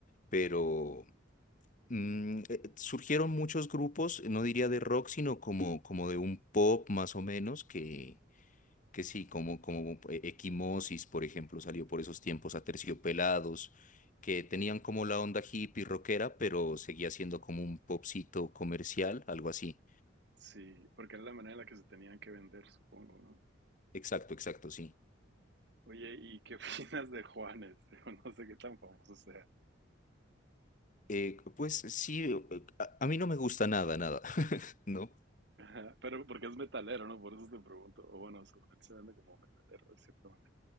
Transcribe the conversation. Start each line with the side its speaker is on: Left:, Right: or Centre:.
Left: pero mm, eh, eh, surgieron muchos grupos, eh, no diría de rock, sino como, como de un pop más o menos, que, que sí, como, como eh, Equimosis, por ejemplo, salió por esos tiempos, Aterciopelados, que tenían como la onda hippie rockera, pero seguía siendo como un popcito comercial, algo así.
Right: sí, porque era la manera en la que se tenían que vender, supongo, ¿no?
Left: Exacto, exacto, sí.
Right: Oye, ¿y qué <laughs> opinas de Juanes? Digo, no sé qué tan famoso sea.
Left: Eh, pues sí, eh, a a mí no me gusta nada, nada. <laughs> ¿no?
Right: Ajá, pero porque es metalero, ¿no? Por eso te pregunto. O bueno, según él se vende como metalero, de cierta manera.